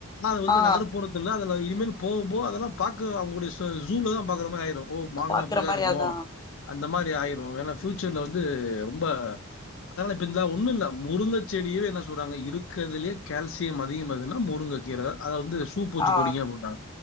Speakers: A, on the left (about 60°); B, on the left (about 20°).
A: அத வந்து
B: ஆ
A: நகரப்புறத்துல அதுல இனிமே போக போக அதெல்லா பாக்க அவுங்களுடைய ஜூல தான் பாக்குற மாரி ஆயிரும் ஓ மாடுனா
B: பாக்குற
A: அப்டிதா
B: மாரி
A: இருக்குமோ
B: அதா
A: அந்த மாரி ஆயிரும் ஏன்னா ஃபியூச்சர்ல வந்து ரொம்ப அதனால அதா ஒன்னுல்ல முருங்க செடியே என்ன சொல்றாங்க இருக்கறதுலே கால்சியம் அதிகமாதுனா முருங்க கீரதா அத வந்து சு சூப் வச்சு
B: ஆ
A: குடிங்க அப்டின்டாங்க